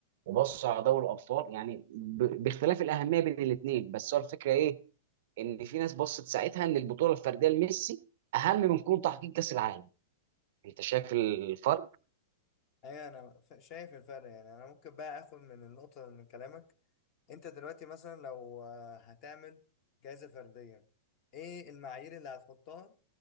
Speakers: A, on the right (about 55°); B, on the left (about 35°).
A: وبصوا على دوري الابطال يعني ب- باختلاف الاهميه بين الاثنين بس هو الفكره ايه ان في ناس بصت ساعتها ان البطوله الفرديه لميسي اهم من كون تحقيق كاس العالم انت شايف الفرق
B: ايوه انا ف- شايف الفرق يعني انا ممكن بقى اخد من النقطه من كلامك انت دلوقتي مثلا لو آه، هتعمل جائزه فرديه ايه المعايير اللي هتحطها